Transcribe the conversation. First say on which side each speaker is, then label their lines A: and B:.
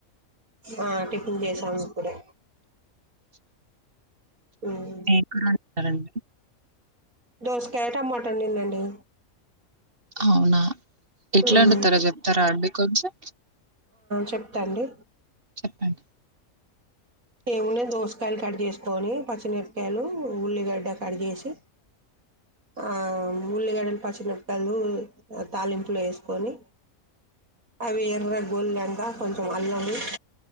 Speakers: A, on the right; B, on the right.
A: ఆ టిఫిన్ చేసాము ఇప్పుడే ఉమ్.
B: ఏం కూర వాడుతా సరే అండి
A: దోసకాయ టమాటా వండినండి
B: అవున ఎట్లా
A: ఉమ్.
B: వండుతారో చెప్తారా అండి కొంచెం
A: ఏంటండీ
B: చెప్పండి
A: ఏమున్నా దోసకాయలు కట్ చేసుకొని పచ్చిమిరకాయలు ఉల్లిగడ్డ కట్ చేేసి ఆ ఉల్లిగడ్డ పచ్చిమిరకాయలు తాలింపులో వేసుకొని అవి ఎర్ర గోలినంక కొంచెం అల్లము